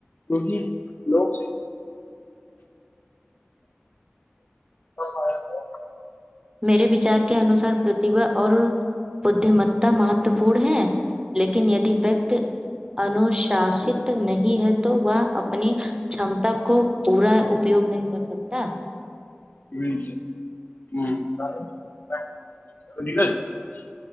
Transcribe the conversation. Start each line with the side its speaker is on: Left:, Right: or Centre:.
Left: کیونکہ لوگ تو
Right: میرے وچار کے انوسار پرتیبا اور بددیمتا مہتو پورن ہے لیکن یدی وت انشاست نہیں ہے تو وہ اپنی چمتا کو پورا اپیوگ نہیں کر سکتا
Left: <inaudible>